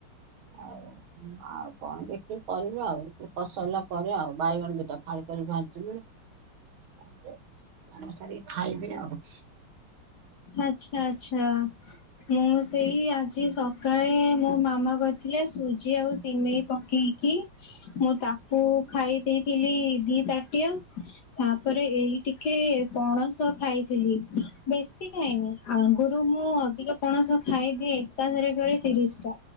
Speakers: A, on the right (about 70°); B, on the left (about 60°).
A: ଆଉ। ହୁ ଆଉ କଣ ଦେଖିବି କରିବି ଆଉ ଏ କସାରିଲା ପରେ ଆଉ ବାଇଗଣ ଦିଟା ଫାଳ କରି ଭାଜିବି। <inaudible> କାମ ସାରିକି ଖାଇବି ଆଉ।
B: ଆଛା ଆଛା ମୁଁ ସେଇ ଆଜି ସକାଳେ ମୋ ମାମା କରିଥିଲେ ସୁଜି ଆଉ ସିମେଇ ପକେଇଛି। ମୁଁ ତାକୁ ଖାଇ ଦେଇଥିଲି ଦି ତାଟିଆ ତାପରେ ଏଇ ଟିକେ ପଣସ ଖାଇଥିଲି ଖାଏନି ଆଗୁରୁ ମୁଁ ଅଧିକା ପଣସ ଖାଇଦିଏ ଏକା ଥରକରେ ତିରିଶ ଟା